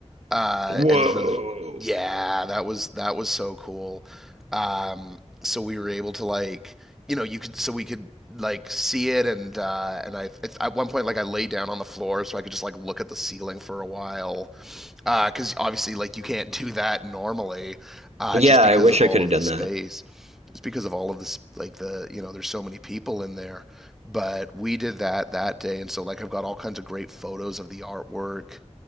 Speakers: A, in the centre; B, on the right.
A: Uh,
B: Whoa.
A: and so, yeah, that was that was so cool. Um, so we were able to like, you know, you could so we could like see it and uh and I at one point like I lay down on the floor so I could just like look at the ceiling for a while because uh cuz obviously like you can't do that normally uh
B: Yeah,
A: just
B: I
A: because
B: wish
A: of
B: I
A: all
B: could have
A: of
B: done
A: the space
B: that.
A: it's because of all of this like the you know there's so many people in there but we did that that day and so like I've got all kinds of great photos of the artwork